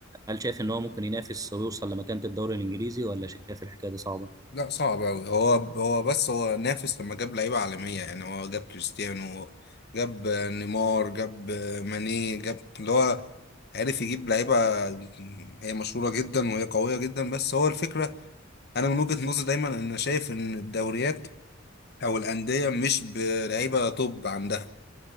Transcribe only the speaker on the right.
هل شايف ان هو ممكن ينافس ويوصل لمكانة الدوري الانجليزي ولا شايف الحكاية دي صعبة؟